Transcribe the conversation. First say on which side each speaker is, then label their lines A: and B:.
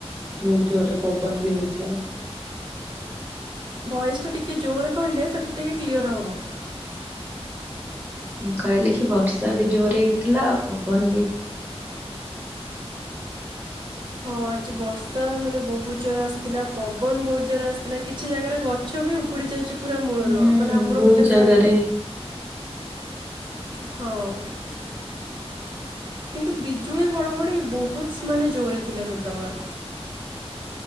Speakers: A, on the right; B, on the right.
A: ବହୁତ ଜୋରରେ ପବନ ବି ହେଇଥିଲା ଆଉ
B: ଭଏସ ଟା ଟିକେ ଜୋରେ କହିଲେ ସେଟା ଟିକେ କ୍ଲିଅର ହବ।
A: ମୁଁ କହିଲି କି ବର୍ଷା ବି ଜୋର ହେଇଥିଲା ଆଉ ପବନ ବି।
B: ହଁ ଆଜି ବର୍ଷା ମାନେ ବହୁତ ଜୋରରେ ଆସିଥିଲା ପବନ ବହୁତ ଜୋରରେ ଆସିଥିଲା କିଛି ଜାଗାରେ ଗଛ ବି ଉପୁଡି ଯାଇଛି। ପୁରା ମୂଳରୁ
A: ହୁଁ
B: ମାନେ ଆମର
A: ବହୁତ
B: ଗୋଟେ
A: ଜାଗାରେ
B: ସାଇଟଟ୍ ହଉ। କିନ୍ତୁ ବିଜୁଳି ଘଡଘଡି ବହୁତ ମାନେ ଜୋରେ ଥିଲା ସେତବଳେ